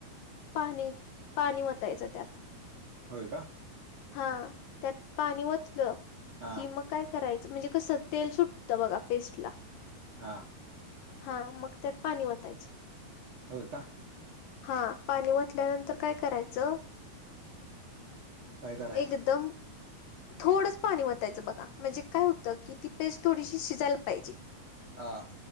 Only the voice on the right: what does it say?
हो का
हा
हां.
हो का?
काय करायचं
हा.